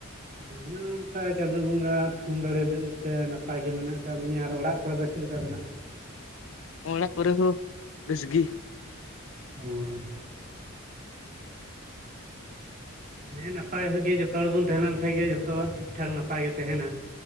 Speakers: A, on the right; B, on the left.
A: ᱟᱹᱞᱤᱧ ᱦᱚᱸ ᱚᱱᱠᱟ ᱪᱟᱸᱫᱳ ᱵᱚᱸᱜᱟ ᱛᱷᱩᱢ ᱫᱟᱲᱮ ᱛᱮ ᱱᱟᱯᱟᱭ ᱜᱮ ᱢᱮᱱᱟᱜ ᱟᱠᱟᱫ ᱞᱤᱧ ᱟᱨ ᱚᱲᱟᱜ, ᱚᱨᱮ ᱫᱚ ᱪᱮᱫ ᱞᱮᱠᱟ ᱢᱮᱱᱟᱜ,
B: ᱚᱲᱟᱜ ᱠᱚᱨᱮ ᱦᱚᱸ ᱵᱮᱥᱜᱤ᱾
A: ᱦᱩᱸ ᱦᱮᱸ ᱱᱟᱯᱟᱭ ᱦᱚᱸᱜ ᱡᱚᱛᱚ ᱦᱚᱲ ᱵᱚᱱ ᱛᱟᱦᱮᱸ ᱞᱮᱱ ᱠᱷᱟᱭ ᱜᱮ ᱡᱚᱛᱚᱣᱟᱜ ᱴᱷᱤᱠ ᱴᱷᱟᱠ ᱱᱟᱯᱟᱭ ᱜᱮ ᱛᱟᱦᱮᱱᱟ᱾